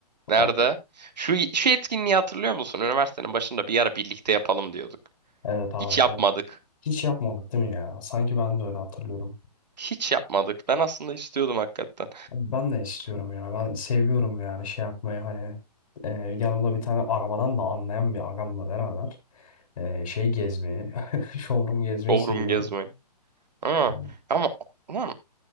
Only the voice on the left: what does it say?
O-
Evet abi
ya. Hiç yapmadık değil mi ya? Sanki ben de öyle hatırlıyorum.
Abi Ben de istiyorum ya. Ben seviyorum yani şey yapmayı hani. E, yanımda bir tane arabadan da anlayan bir agamla beraber e, şey gezmeyi, <laughs> showroom gezmeyi
seviyorum.
Hani